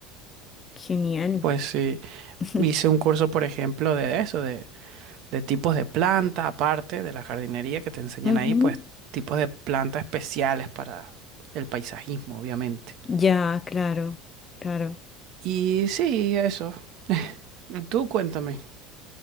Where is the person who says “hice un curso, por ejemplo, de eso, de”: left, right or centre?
Right